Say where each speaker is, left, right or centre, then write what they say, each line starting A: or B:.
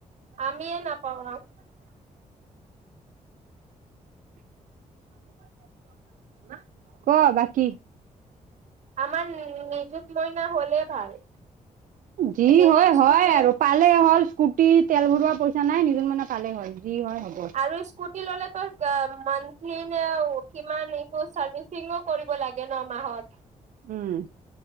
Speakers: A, on the right; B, on the right.
A: আমিয়ে নাপাওঁ।
B: <unintelligible> ক বাকি?
A: আমাৰ নিজুত মইনা হলে ভাল।
B: যি
A: এনেও
B: হয়
A: স্কুটি
B: হয় আৰু পালেই হ'ল স্কুটি, তেল ভৰৱোৱা পইচা নাই, নিজুত মইনা পালেই হ'ল যি হয় হ'ব।
A: আৰু স্কুটি ললেটো আহ মন্থলী নে কিমান এইটো ছাৰ্ভিচ - শিঙো কৰিব লাগে ন মাহত।
B: উম